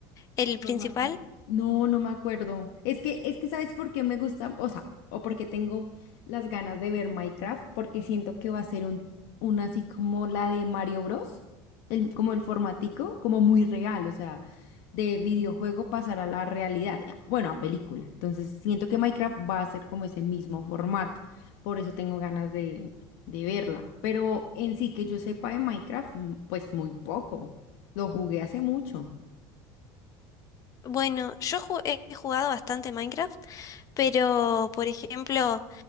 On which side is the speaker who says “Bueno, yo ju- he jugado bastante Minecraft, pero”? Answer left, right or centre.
Left